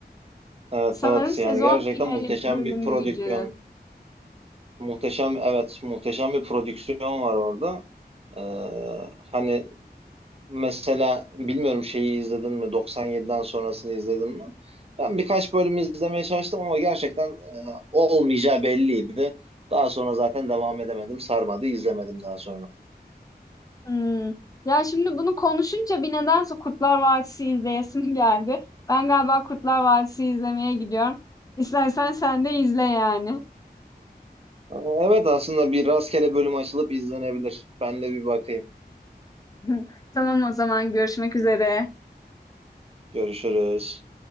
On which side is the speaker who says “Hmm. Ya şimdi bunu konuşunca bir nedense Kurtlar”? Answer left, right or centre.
Left